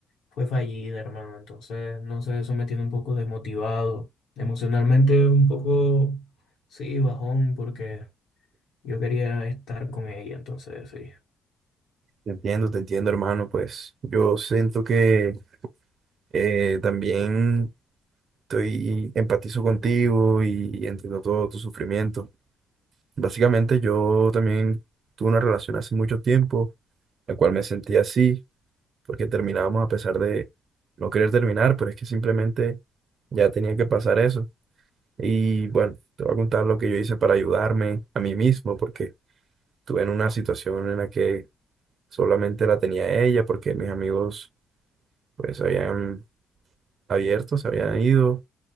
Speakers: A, on the left; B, on the right.
A: fue fallida, hermano. Entonces, no sé, eso me tiene un poco desmotivado. Emocionalmente un poco, sí, bajón, porque yo quería estar con ella, entonces, sí.
B: Te entiendo, te entiendo, hermano. Pues, yo siento que eh, también estoy empatizo contigo y entiendo todo tu sufrimiento. Básicamente, yo también tuve una relación hace mucho tiempo, la cual me sentí así, porque terminábamos a pesar de no querer terminar, pero es que simplemente ya tenía que pasar eso. Y bueno, te voy a contar lo que yo hice para ayudarme a mí mismo, porque estuve en una situación en la que solamente la tenía ella, porque mis amigos pues habían abierto, se habían ido,